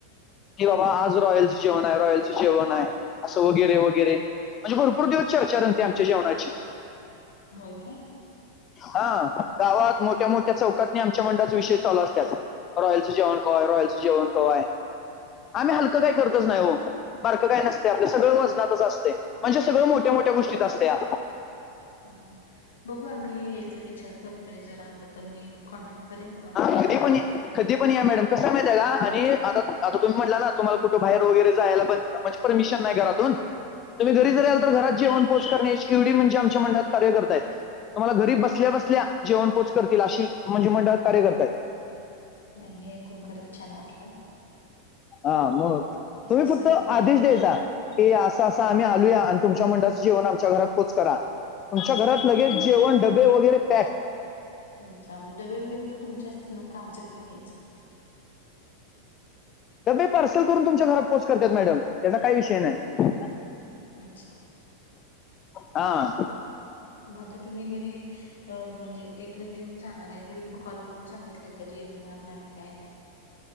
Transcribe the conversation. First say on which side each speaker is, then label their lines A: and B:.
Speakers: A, on the left; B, on the left.
A: की बाबा
B: हम्म
A: आज
B: हम्म
A: रॉयल जेवण आहे रॉयल चे जेवण आहे असं वगैरे वगैरे. म्हणजे भरपूर दिवस चर्चा रंगतेय आमच्या जेवणाची.
B: होय काय.
A: हा गावात
B: हम्म
A: मोठ्या मोठ्या चौकातनी आमच्या मंडळाच्या विषय चालू असल्या रॉयल्स जेवण <unintelligible> रॉयल्स जेवण <unintelligible> आम्ही हलकं काही बारक काय नसते आपल्या सगळं वजनातच असते. म्हणजे सगळं मोठ्या मोठ्या गोष्टींत असत्या.
B: हां हां बघू आम्ही यायच्या विचार करतोय जर आलो तर मी कॉन्टॅक्ट करेन तुम्हाला.
A: <unintelligible> कधी पण या मॅडम कसं माहिती आहे का आणि आता आता तुम्ही म्हंटला ना तुम्हाला. कुठं बाहेर वगैरे जायला पण म्हणजे परमिशन नाही घरातून तुम्ही
B: हम्म
A: घरी जरी आलं तर घरात जेऊन. <unintelligible> करण्याची एवढी म्हणजे आमच्या मंडळांत कार्यकर्त्यां आहे तुम्हाला घरी
B: अच्छा
A: बसल्या बसल्या जेवण पोच करतील आशिल म्हणजे मंडळांत कार्यकर्त्यां
B: नाही हे <unintelligible> छान वाटलं..
A: हा मग
B: असं
A: तुम्ही
B: सहकार्य
A: फक्त आदेश
B: करत
A: द्यायच्या..
B: राहा.
A: हे असं असं आम्ही आलोया आणि तुमच्या मंळाचं जेवण आमच्या घरात पोच करा.. तुमच्या घरात
B: हम्म
A: लगेच जेवण डबे वगैरे पॅक.
B: अच्छा म डबे वगैरे तर तुमच्या <unintelligible> कामचं घेऊन यायचं..
A: डबे पार्सल करून, तुमच्या घरात पोच करत्यात मॅडम. त्याचा काही विषय नाही
B: अच्छा
A: हा.
B: म आता तुम्ही घरी अं म्हणजे इथून जेवुन जाणार आहे घरीपण कॉल करून सांगितलय का जेवणार नाही काय नाही.